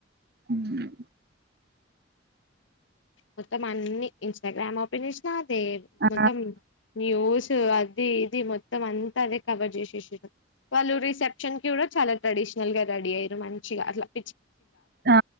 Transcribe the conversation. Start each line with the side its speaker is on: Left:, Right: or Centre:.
Right: హ్మ్
Left: మొత్తం అన్ని ఇన్స్టాగ్రామ్ ఓపన్ చెసిన అద
Right: ఆ
Left: మొత్తం న్యూస్ అది ఇది మొత్తం అంతా అదే కవర్ చేసేసారు వాళ్ళు రిసెప్షన్ కి కూడా చాలా ట్రెడిషన్ ల్గా రెడీ అయ్య మంచిగా అట్లా పి
Right: ఆ